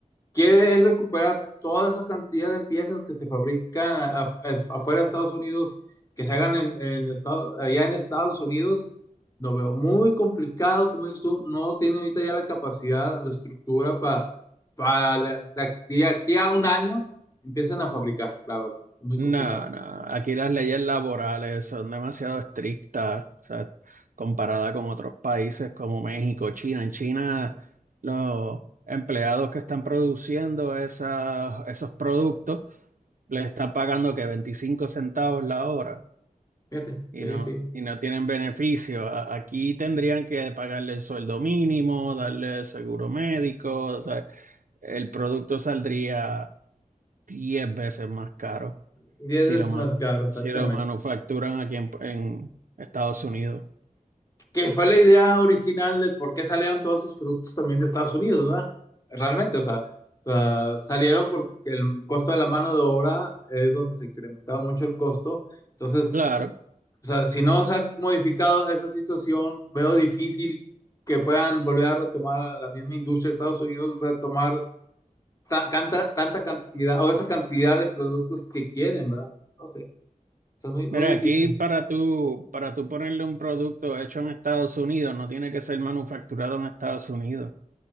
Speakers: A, on the left; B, on the right.
A: Quiere él recuperar toda esa cantidad de piezas que se fabrican a- a- afuera de Estados Unidos, que se hagan en, en Estado- allá en Estados Unidos. Lo veo muy complicado, como dices tú, no tiene ahorita ya la capacidad, la estructura para, para de, de aquí de aquí a un año empiezan a fabricar, la verdad, muy
B: No,
A: complicado.
B: no, aquí las leyes laborales son demasiado estrictas, o sea, comparada con otros países como México, China. En China, los empleados que están produciendo esas- esos productos les está pagando que 25 centavos la hora
A: Fíjate,
B: y
A: sí,
B: no,
A: sí.
B: y no tienen beneficio. A- aquí tendrían que pagarle el sueldo mínimo, darle seguro médico, o sea, el producto saldría 10 veces más caro
A: diez
B: si
A: veces
B: lo, man-
A: más caro, exactamente.
B: si lo manufacturan aquí en, en Estados Unidos.
A: que fue la idea original del por qué salieron todos esos productos también de Estados Unidos, ¿verdad? Realmente, o sea, o sea, salieron porque el costo de la mano de obra es donde se incrementaba mucho el costo. Entonces,
B: Claro.
A: o sea, si no se ha modificado esa situación, veo difícil que puedan volver a retomar a la misma industria de Estados Unidos, retomar ta- canta- tanta cantidad o esa cantidad de productos que quieren, ¿verdad? No sé, o sea, es muy, muy
B: Mira,
A: difícil.
B: aquí para tú, para tú ponerle un producto hecho en Estados Unidos, no tiene que ser manufacturado en Estados Unidos.